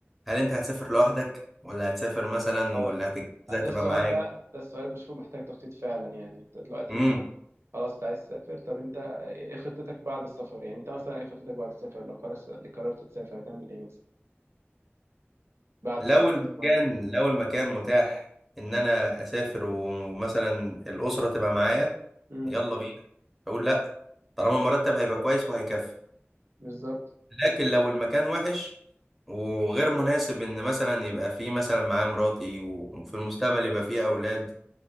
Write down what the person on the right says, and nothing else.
هو
ده
السؤال
بقى ده السؤال بشوفه محتاج تخطيط فعلا يعني أنت دلوقتي
مثلا خلاص أنت عايز تسافر طب أنت إيه خطتك بعد السفر يعني أنت مثلا إيه خطتك بعد السفر لو قررت قررت تسافر هتعمل إيه مثلا بعد
السفر
فاهم قصدي؟
امم
بالظبط